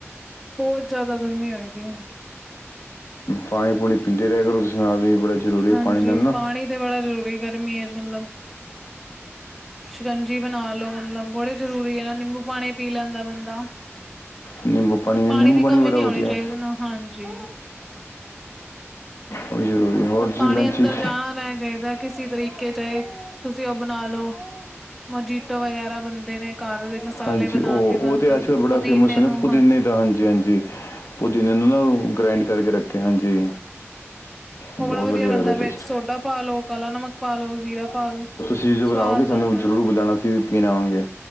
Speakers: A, in the centre; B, on the left (about 70°).
A: ਬਹੁਤ ਜ਼ਿਆਦਾ ਗਰਮੀ ਹੋਈ ਦੀ ਏ
B: ਪਾਣੀ ਪੂਣੀ ਪੀਂਦੇ ਰਹਿ ਕਰੋ ਤੁਸੀਂ ਨਾਲ ਆਦਮੀ ਬੜਾ ਜ਼ਰੂਰੀ ਹੈ
A: ਹਾਂਜੀ
B: ਪਾਣੀ ਨਾਲ ਨਾ।
A: ਪਾਣੀ ਤੇ ਬੜਾ ਜ਼ਰੂਰੀ ਗਰਮੀ ਮਤਲਬ। ਸ਼ਿਕੰਜੀ ਬਣਾ ਲੋ ਮਤਲਬ ਬੜੇ ਜ਼ਰੂਰੀ ਹੈ ਨਾ ਨਿੰਬੂ ਪਾਣੀ ਪੀ ਲੈਂਦਾ ਬੰਦਾ।
B: ਨਿੰਬੂ
A: ਤ ਪਾਣੀ
B: ਨਿੰਬੂ
A: ਦੀ ਕਮੀ
B: ਬੜਾ
A: ਨਹੀਂ
B: ਵਧੀਆ
A: ਹੋਣੀ ਚਾਹੀਦੀ ਹਾਂਜੀ।
B: ਉਹ ਵੀ ਜ਼ਰੂਰੀ ਹੈ। ਹੋਰ
A: ਮਤ
B: ਤੁਸੀਂ
A: ਪਾਣੀ
B: ਲੰਚ
A: ਅੰਦਰ
B: 'ਚ
A: ਜਾਣਾ ਰੈਣਾ ਚਾਹੀਦਾ। ਕਿਸੇ ਤਰੀਕੇ ਚ ਤੁਸੀਂ ਉਹ ਬਣਾ ਲਓ। ਮੋਜੀਟੋ ਵਗੈਰਾ ਬਣਦੇ ਨੇ ਘਰ ਦੇ। ਮਸਾਲੇ
B: ਹਾਂਜੀ
A: ਬਣਾ
B: ਉਹ
A: ਕੇ ਬਣ
B: ਉਹ ਤੇ
A: ਜਾਂਦੇ
B: ਅੱਜ ਕ ਬੜਾ
A: ਪੁਦੀਨੇ
B: ਫੇਮਸ ਨਾ
A: ਨੂੰ
B: ਪੁਦੀਨੇ ਦਾ ਹਾਂਜੀ ਹਾਂਜੀ ਪੁਦੀਨੇ ਨੂੰ ਨਾ ਗ੍ਰਡ। ਕਰਕੇ ਰੱਖੇ ਹਾਂਜੀ।
A: ਉਹ
B: ਬਹੁਤ
A: ਬੜਾ ਵਧੀਆ ਬਣਦਾ
B: ਲੱਗਦਾ
A: ਵ
B: ਟੇਸਟ
A: ਸੋਡਾ ਪਾ ਲੋ ਕਾਲਾ ਨਮਕ ਪਾ ਲੋ ਜ਼ੀਰਾ ਪਾ ਲੋ।
B: ਅ ਚੀਜ਼ ਬੁਾਓਗੇ
A: ਸਵਾਦ
B: ਸਾਨੂੰ
A: ਬਣ ਜਾਂਦਾ
B: ਜ਼ਰੂਰ ਬੁਾਉਣਾ ਅਸੀ ਵੀ ਪੀਣ ਆਵਾਂਗੇ।